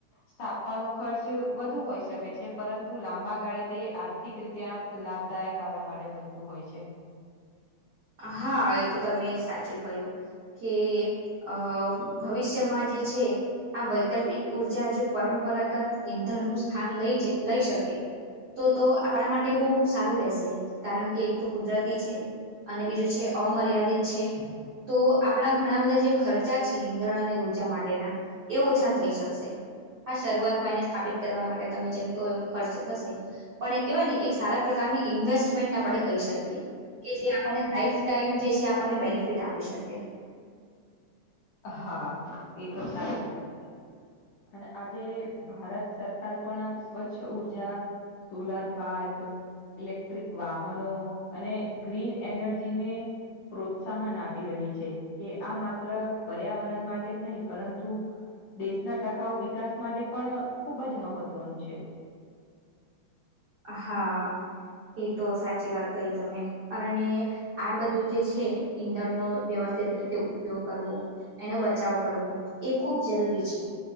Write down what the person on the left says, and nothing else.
સ્થાપવાનો ખર્ચ વધુ હોય શકે છે પરંતુ લાંબા ગાળે તે આર્થિક રીતે આમ લાભદાયક આપણા માટે બનતું હોય છે
હા એ તો સાચી વાત છે અને આજે ભારત સરકાર પણ આમ સ્વચ્છ ઉર્જા સોલાર પાર્ક ઇલેક્ટ્રિક વાહનો અને ગ્રીન એનર્જીને પ્રોત્સાહન આપી રહી છે કે આ માત્ર પર્યાવરણ માટે જ નહીં પરંતુ દેશના ટકાઉ વિકાસ માટે પણ ખૂબ જ મહત્વનું છે <unintelligible>